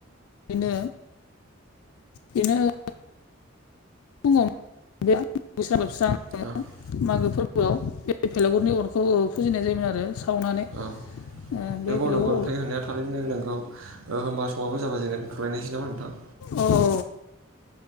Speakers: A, on the left; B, on the right.
A: बिनो बिनो फुङाव बे <unintelligible> लोबस्रां
B: <unintelligible>
A: मागो फोरबोआव बेलागुरनि अरखौ फुजिनाय जायोमोन आरो। सावनानै
B: अ
A: ओ बे
B: नोंगौ
A: भेलागुर
B: नोंगौ नोंथांनि
A: अर
B: होननाया थारैनो नोंगौ ओ होमबा समाबो जाबाय दुथलायनायनोसै नामा नोंथां।
A: अ औ।